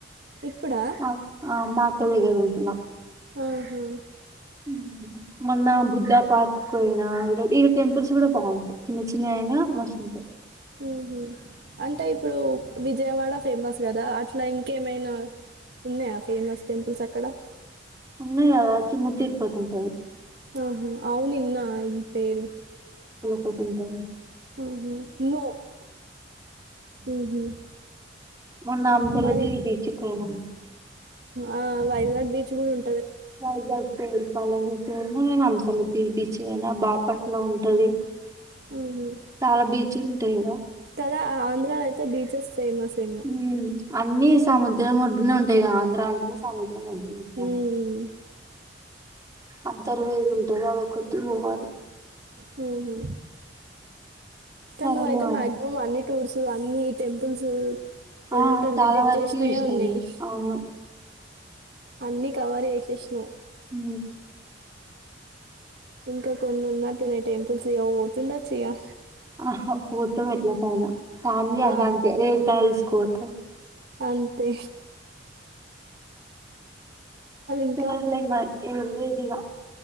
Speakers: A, on the right; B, on the right.
A: ఇప్పుడా
B: మా ఆ మా ఆక్క దగ్గర ఉంటున్నా
A: ఆహా
B: ఉమ్ మొన్న బుద్ధ పార్క్ పోయినా ఇలా టెంపుల్స్ కూడా బాగుంటా చిన్న చిన్న ఆయనా మస్ ఉంటే
A: ఉహుమ్ అంటే ఇప్పుడు విజయవాడ ఫేమస్ కదా అట్లా ఇంకేమైనా ఉన్నాయా ఫేమస్ టెంపుల్స్ అక్కడ
B: ఉనాయి కదా చిన్న తిరుపతి ఉంటాది
A: ఆహా అవును ఇనా ఈ పేరు
B: పోతుంటే
A: ఉహుమ్ నో ఉహుమ్
B: మొన్న అంశలదివి
A: మరి
B: బీచ్ పోయినాం
A: ఆ వైజాగ్ బీచ్ కూడా ఉం
B: వైజాగ్ తుమ్ల్ పాలం బీచ్ అయినా నేను అంశాలు బి బీచ్ అయినా బాపట్ల ఉంటది
A: ఉహుమ్
B: చాలా బీచ్లు ఉంటాయి ఈడ
A: కదా ఆంధ్రలో థే బీచెస్ ఫేమస్ ఏమో
B: ఉమ్, అన్ని సముద్రం ఒడ్డునే ఉంటాయి ఇగా ఆంధ్ర అంట సముద్రం ఒడ్డునే ఉంటాయి
A: మ్మ్.
B: అంతర్వేది ఉంటది అదొక్కటి పోవాలి
A: హుహు తను
B: సరేలే
A: అయితే
B: మరి
A: మాక్సిమం అన్నింటికి టూర్స్ అన్ని టెంపుల్స్
B: ఆ
A: ఏమంటారు
B: చాలా
A: విజిట్
B: వరకు
A: చేసినవే
B: చూసినాను
A: ఉన్నాయి
B: అవును
A: అన్నీ కవర్ చేసేసినా
B: హ
A: ఇంకా కొన్ని ఉన్నట్టునే టెంపుల్స్ పోతుండచ్చు ఇక
B: ఆ పోతూ ఎట్లకైనా ఖాళీ
A: ఆ,
B: అంతే ఏడు కాల్స్ కోత
A: అ తే ఇంకా
B: సరేలే ఏంది ఇగా